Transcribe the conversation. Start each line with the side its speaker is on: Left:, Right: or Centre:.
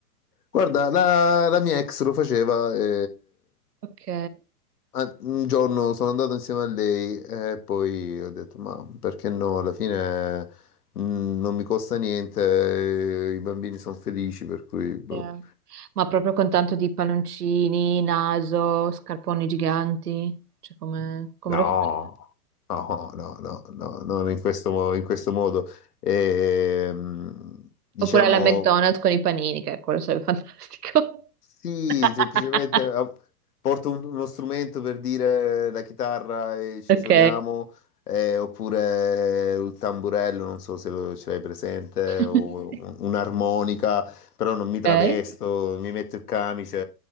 Left: Guarda, la, la mia ex lo faceva e
Right: Ok.
Left: a- un giorno sono andato insieme a lei e poi ho detto, ma perché no? Alla fine mh, non mi costa niente, eh, i bambini sono felici, per cui... boh.
Right: Yeah. Ma proprio con tanto di palloncini, naso, scarponi giganti. Cioè, come, come
Left: No,
Right: lo fai?
Left: no, no, no, no, non in questo, mo- in questo modo. E, mh, diciamo...
Right: Oppure alla McDonald's con i panini, che quello sarebbe fantastico.
Left: Sì,
Right: <laughs>
Left: semplicemente ah, porto un- uno strumento per dire la chitarra e ci
Right: Ok.
Left: suoniamo, eh, oppure il tamburello, non so se lo, ce l'hai presente,
Right: <laughs>
Left: o un- un'armonica, però non mi travesto,
Right: Ok.
Left: mi metto il camice